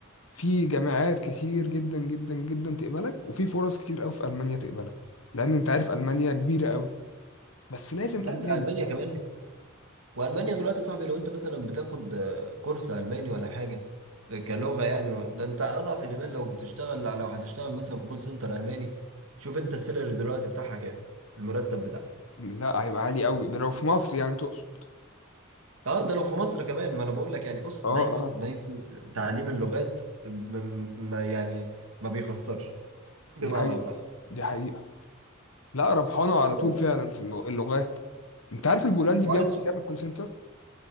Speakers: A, on the left; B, on the right.
A: في جامعات كتير جدا جدا جدا تقبلك وفي فرص كتير قوي في المانيا تقبلك لان انت عارف المانيا كبيره قوي بس لازم
B: لا
A: الماني
B: ده المانيا كمان والمانيا دلوقتي يا صاحبي لو انت مثلا بتاخد آه، كورس الماني ولا حاجه آه، كلغه يعني ده انت اضعف الايمان لو بتشتغل لو هتشتغل مثلا كول سنتر الماني شوف انت السالري دلوقتي بتاعها كام المرتب بتاعها
A: لا هيبقى عالي قوي ده لو في مصر يعني تقصد
B: اه ده لو في مصر كمان ما انا بقول لك يعني بص
A: اه
B: دايما
A: اه
B: دايما تعليم اللغات م- م- ما يعني ما بيخسرش بمعنى
A: دي حقيقة
B: صح
A: دي حقيقة لا ربحانة على طول
B: بس
A: فعلا في اللغ- اللغات انت عارف البولندي
B: وعايز
A: بياخدوا
B: تروح
A: كام الكول سنتر